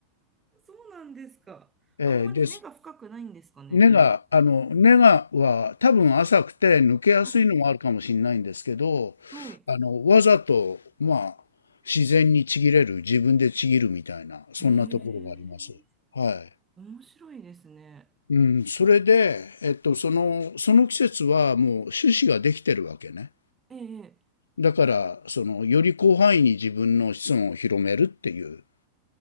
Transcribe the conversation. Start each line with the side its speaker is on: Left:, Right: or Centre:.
Right: そうなんですか。
Left: ええで、
Right: あんまり根が深くないんですかね。
Left: 根が、あの、根がは多分浅くて抜けやすいのもあるかもしれないんですけど、
Right: はい、はい。
Left: あの、わざと、まあ、自然にちぎれる、自分でちぎるみたいな、そんなところがあります。
Right: ええ、
Left: は
Right: 面白いですね。
Left: い。うん、それで、えっと、その、その季節はもう種子ができてるわけね。
Right: ええ、え
Left: だから、その、より広範囲に自分の子孫を広めるっていう、